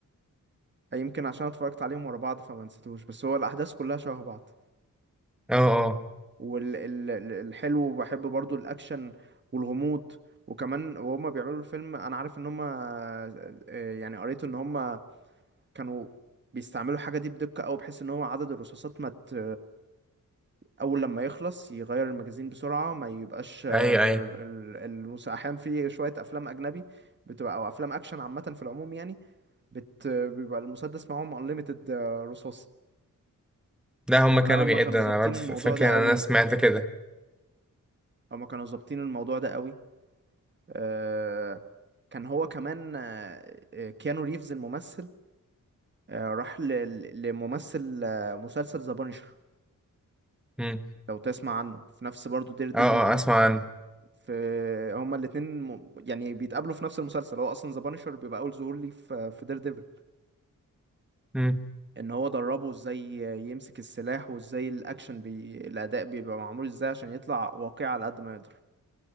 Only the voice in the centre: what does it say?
اه اه
اي اي
لا هما
كانوا
بيعدوا
انا برضه
ف- فاكر
ان
انا سمعت كده
امم
اه اه اسمع عنه
امم